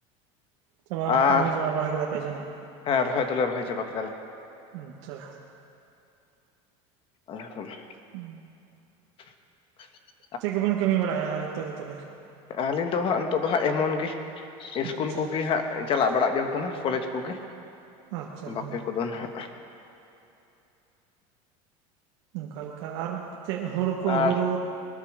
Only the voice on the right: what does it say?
ᱪᱟᱵᱟ
ᱨᱚᱦᱚᱭ ᱪᱟᱵᱟ ᱵᱟᱲᱟ ᱠᱮᱫᱟ ᱯᱮ ᱡᱟᱹᱱᱤᱡ?
ᱦᱩᱸ ᱛᱚ᱾
ᱦᱩᱸ᱾
ᱪᱮᱫ ᱠᱚᱵᱮᱱ ᱠᱟᱹᱢᱤ ᱵᱟᱲᱟᱭᱟ ᱟᱨ ᱱᱤᱛᱚᱜ ᱫᱚ ᱛᱚᱵᱮ?
ᱟᱪᱪᱷᱟ
ᱟᱪᱪᱷᱟ
ᱦᱩᱸ
ᱚᱱᱠᱟ ᱞᱮᱠᱟ ᱟᱨ ᱪᱮᱫ ᱦᱩᱲᱩ ᱠᱚ
ᱦᱩᱲᱩᱼᱼ